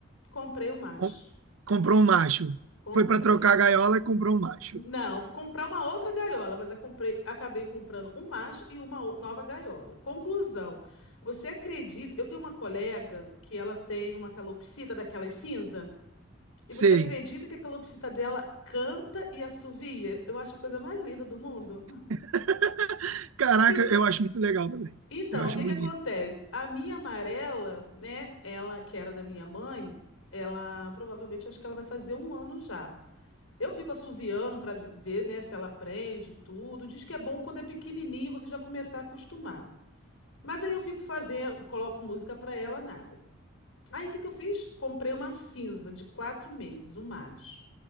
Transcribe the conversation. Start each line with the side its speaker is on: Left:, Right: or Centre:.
Left: Comprei o macho.
Right: com- comprou um macho.
Left: Comprei.
Right: Foi para trocar a gaiola e comprou um macho.
Left: Não, fui comprar uma outra gaiola, mas eu comprei, acabei comprando um macho e uma o- nova gaiola. Conclusão: Você acredita? Eu tenho uma colega que ela tem uma calopsita daquelas cinza. E
Right: Sei.
Left: você acredita que a calopsita dela canta e assovia? Eu acho a coisa mais linda do mundo.
Right: <laughs> Caraca,
Left: E o
Right: eu acho muito legal também.
Left: Então,
Right: Eu acho
Left: o que
Right: bonito.
Left: que acontece? A minha amarela, né? Ela, que era da minha mãe, ela provavelmente acho que ela vai fazer um ano já. Eu fico assoviando para ver, né, se ela aprende tudo. Diz que é bom quando é pequenininho você já começar a acostumar. Mas aí eu fico fazendo, coloco música para ela, nada. Aí o que que eu fiz? Comprei uma cinza de quatro meses, um macho.